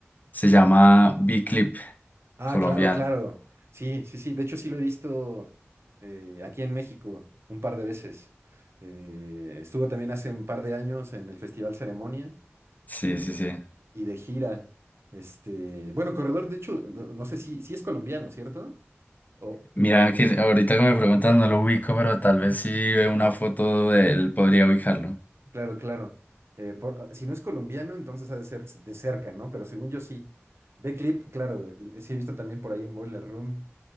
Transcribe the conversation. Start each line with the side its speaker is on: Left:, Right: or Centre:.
Left: Se llama B-Clip,
Right: Ah,
Left: colombiano.
Right: claro, claro. Sí, sí, sí. De hecho, sí lo he visto eh, aquí en México un par de veces. Eh, estuvo también hace un par de años en el Festival Ceremonia
Left: Sí,
Right: y,
Left: sí, sí.
Right: y de gira. Este, bueno, Corredor, de hecho, no, no sé si, si es colombiano, ¿cierto? O,
Left: Mira que ahorita que me preguntas no lo ubico, pero tal vez si veo una foto de él podría ubicarlo.
Right: claro, claro. Eh, por- ah, si no es colombiano, entonces ha de ser de cerca, ¿no? Pero según yo sí. Clip, claro, eh, sí he visto también por ahí un Boiler Room.